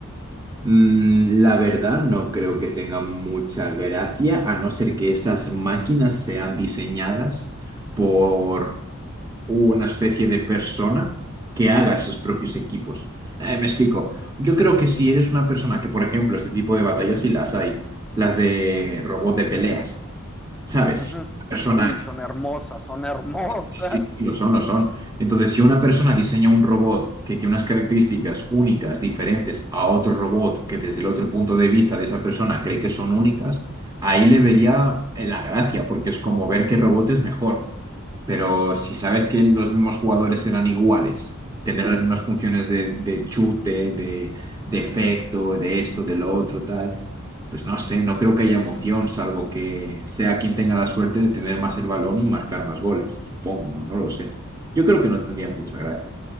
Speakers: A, on the right; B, in the centre.
A: Mm, La verdad, no creo que tenga mucha gracia, a no ser que esas máquinas sean diseñadas por una especie de persona que haga sus propios equipos. Eh, me explico. Yo creo que si eres una persona que, por ejemplo, este tipo de batallas sí las hay, las de robot de peleas, ¿sabes?
B: Ujú.
A: Persona
B: Uy, son hermosas, son hermosas.
A: Sí, sí, lo son, lo son. Entonces, si una persona diseña un robot que tiene unas características únicas, diferentes a otro robot que desde el otro punto de vista de esa persona cree que son únicas, ahí le vería eh, la gracia, porque es como ver qué robot es mejor. Pero si sabes que los mismos jugadores eran iguales, tendrán las mismas funciones de, de chute, de, de efecto, de esto, de lo otro, tal, pues no sé, no creo que haya emoción, salvo que sea quien tenga la suerte de tener más el balón y marcar más goles, supongo, no, no lo sé. Yo creo que no tendría mucha gracia.